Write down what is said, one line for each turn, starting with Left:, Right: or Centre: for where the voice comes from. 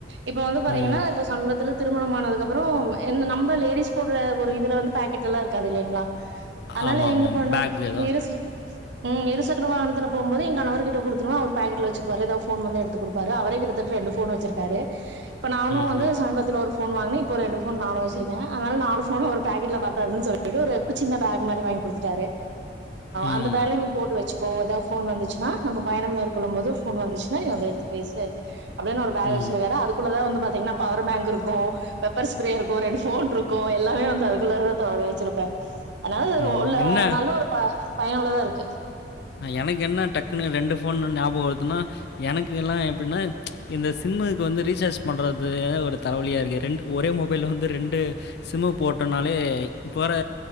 Right: இப்ப வந்து பாதீங்கனா
Left: ம்.
Right: ப்பஸ் திருமணம்மானதுக்கு அப்புறோ இந் நம்ப லேடிஸ் போடுற ஒரு இதுல வந்து பாக்கெட்டெல்லா இருக்காது இல்லைங்களா அனால
Left: ஆமா, ஆமா.
Right: எங்க போனு
Left: பேக் ஏதா
Right: <unintelligible> ம் இரு சக்ர வாகனத்துல போம்போது ஏ கணவர் கிட்ட குடுத்துருவே அவர் பேக்கெட்ல வச்சிக்குவாரு எதா ஃபோன் வந்தா எடுத்து குடுப்பாரு அவரே கிட்டத்தட்ட ரெண்டு போனு வச்சிருக்காரு இப்ப நானு
Left: ம்,
Right: வந்து
Left: ம்.
Right: இன்னொர் ஃபோன் வாங்னே இப்ப ரெண்டு ஃபோன் நாலு வச்சிருக்கே அனால நாலு ஃபோனு ஒரு பேக்கெட்ல பத்தாதுன் சொல்லிட்டு ஒரு கு சின்ன பேக் மாரி ரி வாங்கி குடுத்துட்டாரு
Left: ம்,
Right: அந்த பேக்ல நீ போட்டு வெச் சிக்கோ எதா ஃபோன் வந்துச்சுன்னா நம்ம பயணம் மேற்கொள்ளு போது ஃபோன் வந்துச்சுன்னா நீ <unintelligible> எடுத்து பேசு அப்டினு ஒரு பேக்
Left: ம்,
Right: வச்சிருக்காரு அதுக்குள்ளதா வந்து பாதீங்கனா பவர் பேங்க்குருக்கு வெப்பர் ஸ்ப்ரேருக்கு ரெண்டு ஃபோன் ருக்கு எல்லாமே வந்து அதுக்குள்ளதா தோழரே வச்சிருப்பே அதனால அது
Left: ம்.
Right: உள்ள
Left: என்ன
Right: நல்ல ஒரு ப பயனுள்ளதா இருக்கு
Left: எனக்கு என்ன டக்குன்ன ரெண்டு போனுன் ஞாபகவருதுன்னா எனக்கு எல்லா எப்டின்னா இந்த சிம்மு க்கு வந்து ரீசார்ஜ் பண்றது எனத் ஒரு தலைவலியா இருக்கு ரெண்டு ஒரே மொபைல்ல வந்து ரெண்டு சிம்மு போட்டனால <unintelligible> இப்போ வேற